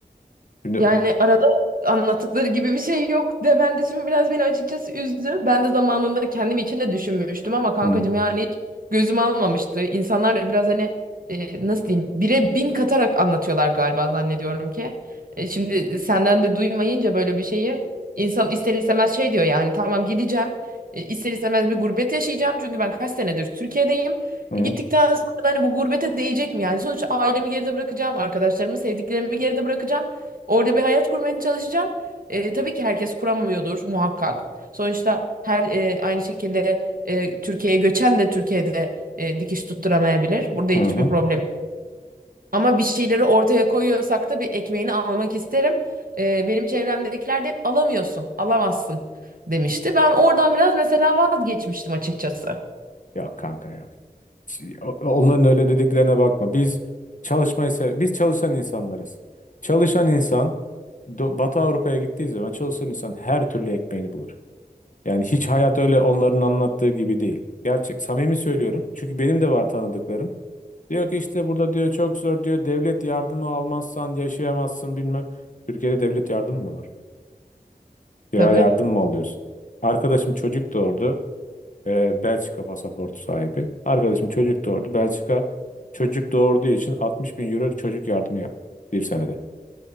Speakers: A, on the left (about 55°); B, on the right (about 65°).
A: Şimdi
B: Yani arada anlattıkları gibi bir şey yok demen de şimdi biraz beni açıkçası üzdü. Ben de zamanında kendim için de düşünmüştüm ama kankacığım
A: hı,
B: yani hiç gözüm almamıştı. İnsanlar da biraz hani e, nasıl diyeyim bire bin katarak anlatıyorlar galiba zannediyorum ki. E, şimdi senden de duymayınca böyle bir şeyi insan ister istemez şey diyor yani tamam gideceğim. E, ister istemez bir gurbet yaşayacağım çünkü ben kaç senedir Türkiye'deyim.
A: hı,
B: E, Gittikten sonra da hani bu gurbete değecek mi yani? Sonuçta ailemi geride bırakacağım, arkadaşlarımı, sevdiklerimi geride bırakacağım. Orada bir hayat kurmaya çalışacağım. E, tabii ki herkes kuramıyordur muhakkak. Sonuçta her e, aynı şekilde e, Türkiye'ye göçen de Türkiye'de e, dikiş tutturamayabilir. Burada hiçbir
A: hı, hı.
B: problem. Ama bir şeyleri ortaya koyuyorsak da bir ekmeğini almak isterim. E, benim çevremdekiler de hep alamıyorsun, alamazsın demişti. Ben oradan biraz mesela vazgeçmiştim açıkçası.
A: Ya kanka ya. O- Onların öyle dediklerine bakma. Biz çalışmayı se- biz çalışan insanlarız. Çalışan insan Do- Batı Avrupa'ya gittiği zaman çalışan insan her türlü ekmeğini bulur. Yani hiç hayat öyle onların anlattığı gibi değil. Gerçek, samimi söylüyorum. Çünkü benim de var tanıdıklarım. Diyor ki işte burada diyor çok zor diyor. Devlet yardımı almazsan yaşayamazsın bilmem. Türkiye'de devlet yardımı mı var? Kira
B: Tabii.
A: yardım mı alıyorsun? Arkadaşım çocuk doğurdu. e, Belçika pasaportu sahibi. Arkadaşım çocuk doğurdu. Belçika çocuk doğurduğu için 60 bin euro çocuk yardımı yaptı bir senede.